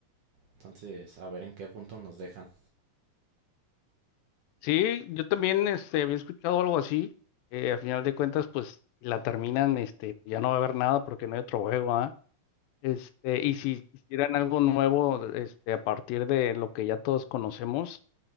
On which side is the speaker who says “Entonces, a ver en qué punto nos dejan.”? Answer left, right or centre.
Right